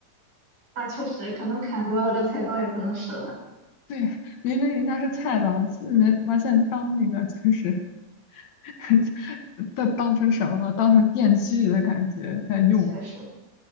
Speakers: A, on the right; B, on the left.
A: 那确实，可能砍多了，这菜刀也不能使了。
B: 对，明明人家是菜刀，人完全当那个就是 <laughs> 当当成什么了？当成电锯的感觉在用。
A: 确实，